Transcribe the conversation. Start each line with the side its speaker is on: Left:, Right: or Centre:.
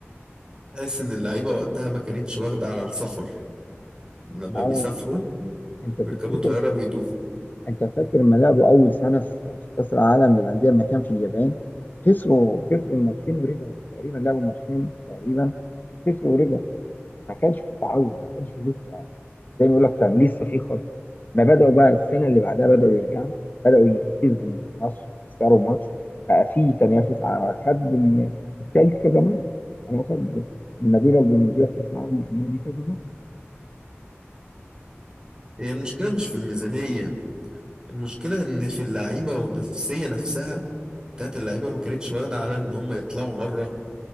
Right: تحس إن اللعيبة وقتها ما كانتش واخدة على السفر لما
Left: آه،
Right: بيسافروا
Left: أنت
Right: ويركبوا
Left: تفتكر
Right: طيارة بيدوخوا
Left: أنت فاكر لما لعبوا أول سنة في في كأس العالم للأندية لما كان في اليابان خسروا خسروا الماتشين ورجعوا تقريبا لعبوا ماتشين تقريبا خسروا ورجعوا ما كانش في تعود ما كانش في لسه زي ما يقول لك كان لسه في خط ما بدأوا بقى السنة اللي بعدها بدأوا يرجعوا بدأوا يج- يكسبوا ماتش يخسروا ماتش بقى في تنافس على خد ال- التالت كذا مرة يعني هو خد المدينة البونوزية في كأس العالم للأندية دي كذا مرة
Right: هي المشكلة مش في الميزانية المشكلة إن في اللعيبة والنفسية نفسها بتاعت اللعيبة ما كانتش واخدة على إن هم يطلعوا بره